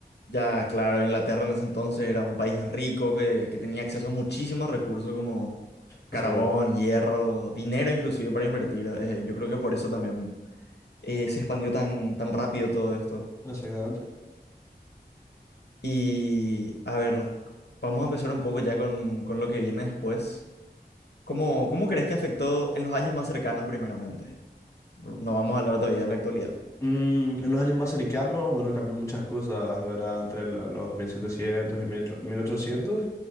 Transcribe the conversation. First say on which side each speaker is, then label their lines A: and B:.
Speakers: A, on the left; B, on the left.
A: Ya, claro, Inglaterra en ese entonces era un país rico que, que tenía acceso a muchísimos recursos como carbón,
B: Exactamente.
A: hierro, dinero inclusive para invertir. Eh, yo creo que por eso también. eh, se expandió tan, tan rápido todo esto.
B: Exactamente.
A: Y a ver, vamos a empezar un poco ya con, con lo que viene después. ¿Cómo, cómo crees que afectó en los años más cercanos primeramente? No vamos a hablar todavía de la actualidad.
B: Mm, en los años más cercanos, bueno, cambió muchas cosas, ¿verdad? Entre el- los 1700 y 1800,